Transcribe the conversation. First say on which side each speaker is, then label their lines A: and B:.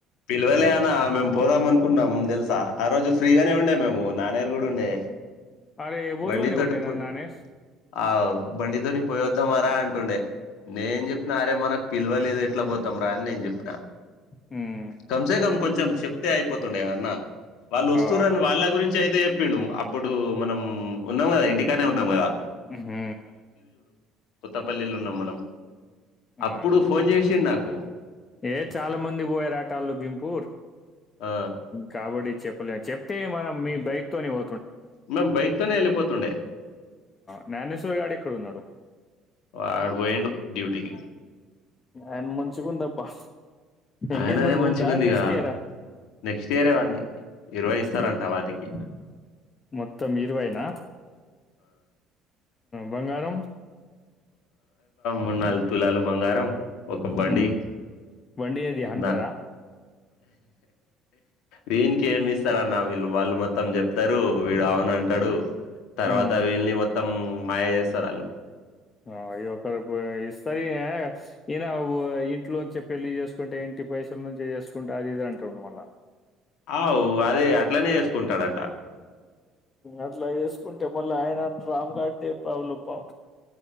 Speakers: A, on the left (about 55°); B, on the left (about 30°).
A: పిల్వలే అన్న మేము పోదాం అనుకున్నాం తెలుసా ఆ రోజు ఫ్రీగానే ఉండే మేము నాన్నగారు కూడా ఉండే
B: అరే ఊర్లోనే
A: బండితోతి
B: ఉండేనా
A: పోయి
B: నానేష్
A: ఆ బండితో ని పోయొద్దామారా అంటుండే నేను చెప్పిన అరే మనకు పిలవలేదు ఎట్లా పోతాం రా అని నేను చెప్పినా
B: హ్మ్.
A: కంసే కం కొంచెం చెప్తే అయిపోతుండే కదన్న వాళ్ళు వస్తుర్రని
B: ఆ
A: వాళ్ళ గురించి అయితే చెప్పిండు ఇప్పుడు మనం ఉన్నాం కదా ఇంటికానే ఉన్నాం కదా
B: ఊ హు
A: కొత్తపల్లిలున్నాం మనం
B: ఆ.
A: అప్పుడు ఫోన్ చేసిండు నాకు
B: ఏ చాలా మంది పోయారు భింపూర్
A: ఆ
B: కాబట్టి చెప్పలే చెప్తే మనం మీ బైక్ తోని వ
A: మె మ్ బైక్ తోనే వెళ్ళిపోతుండే
B: జ్ఞానేశ్వర్ గాడు ఎక్కడ ఉన్నాడు
A: వాడు పోయిడు డ్యూటీికి
B: అండ్ మంచికి ఉందప్పా ఎంగేజ్మెంట్
A: ఆయనదే మంచిగా
B: ఉందా
A: ఉందిగా
B: నెక్స్ట్ ఇయరా
A: నెక్స్ట్ ఇయర్ ఏవంది ఇరవై
B: నెక్స్ట్
A: ఇస్తారంట
B: ఇయర్
A: వాని కి
B: మొత్తం ఇరవైనా బంగారం
A: మన్నాలు తులాలు బంగారం ఒక బండి
B: ఉమ్ బండి ఏది హంటరా
A: ద వీన్కమిస్తార నా వీళ్ళు వాళ్ళు మొత్తం చెప్తారు వీడు అవున అంటాడు తర్వాత
B: ఉమ్
A: వీళ్ళని మొత్తం మాయా చేస్తారు వాళ్ళు
B: ఆ అవి ఒక ర ఇస్తారు ఈయన ఇంట్లోంచి పెళ్లిి చేసుకుంటే ఇ ట్టి పైసల నుంచి చేసుకుంటే అది ఇది అంటాండడు మళ్ల
A: అవు అదే అట్లనే వేసుకుంటాడంట
B: అట్లా చేేసుకుంటే మళ్ళీ ఆయన రామ్ గారిదే ప్రాబ్లం బ